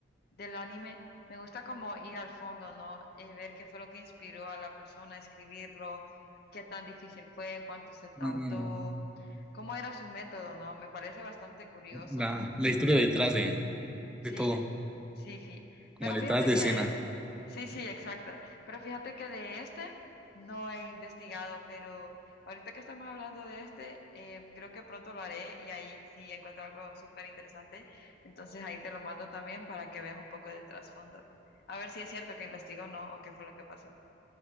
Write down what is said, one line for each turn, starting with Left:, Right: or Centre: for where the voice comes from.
Left: del anime. Me gusta como ir al fondo, ¿no? Eh, ver qué fue lo que inspiró a la persona a escribirlo, qué tan difícil fue, cuánto se tardó,
Centre: No, no, no.
Left: cómo era su método, ¿no? Me parece bastante curioso
Centre: La, la historia detrás de,
Left: Sí,
Centre: de todo,
Left: sí, sí.
Centre: como
Left: Pero
Centre: detrás
Left: fíjate
Centre: de
Left: que,
Centre: escena.
Left: sí, sí, exacta. Pero fíjate que de este no he investigado, pero ahorita que estamos hablando de este, eh, creo que pronto lo haré y ahí sí encuentro algo súper interesante. Entonces ahí te lo mando también para que veas un poco del trasfondo. A ver si es cierto que investigó o no, o qué fue lo que pasó.